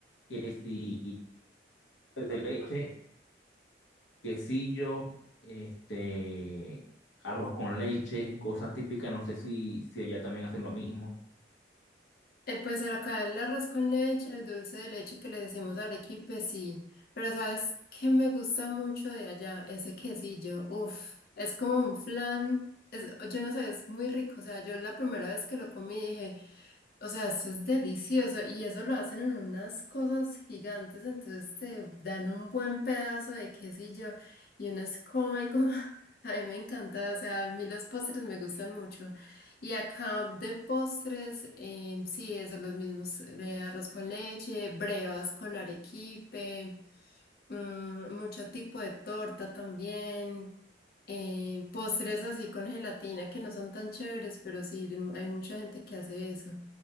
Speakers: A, on the left; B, on the left.
A: que si de leche, quesillo, este, arroz con leche, cosas típicas, no sé si, si allá también hacen lo mismo.
B: Eh, pues acá el arroz con leche, el dulce de leche que le decimos arequipe, sí. Pero ¿sabes qué me gusta mucho de allá? Ese quesillo, uff, es como un flan, es, yo no sé, es muy rico. O sea, yo la primera vez que lo comí dije... O sea, eso es delicioso y eso lo hacen en unas cosas gigantes, entonces te dan un buen pedazo de quesillo y uno es coma y coma. <laughs> A mí me encanta, o sea, a mí los postres me gustan mucho. Y acá de postres, em, sí, eso, los mismos de arroz con leche, brevas con arequipe. Mm, mucho tipo de torta también, eh, postres así con gelatina que no son tan chéveres, pero sí le- hay mucha gente que hace eso.